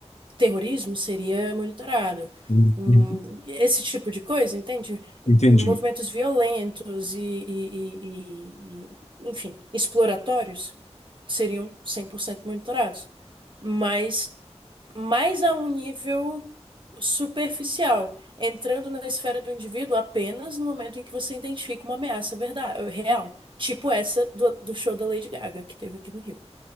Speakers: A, on the right (about 45°); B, on the left (about 75°).
A: terrorismo seria monitorado.
B: uhum,
A: Hum,
B: uhum.
A: Esse tipo de coisa, entende? Movimentos
B: Entendi.
A: violentos e, e- e- e- e, enfim, exploratórios seriam 100% monitorados. Mas mas a um nível superficial, entrando na esfera do indivíduo apenas no momento em que você identifica uma ameaça verdade, real, tipo essa do, do show da Lady Gaga que teve aqui no Rio.